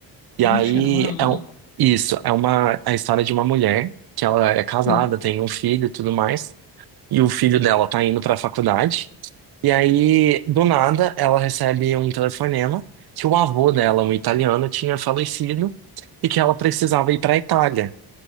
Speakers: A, on the right; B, on the left.
A: E
B: Máfia
A: aí
B: Mama.
A: é um- isso, é uma a história de uma mulher que ela é casada,
B: Hum.
A: tem um filho e tudo mais, e o filho dela tá indo pra faculdade. E aí, do nada, ela recebe um telefonema que o avô dela, um italiano, tinha falecido e que ela precisava ir pra Itália.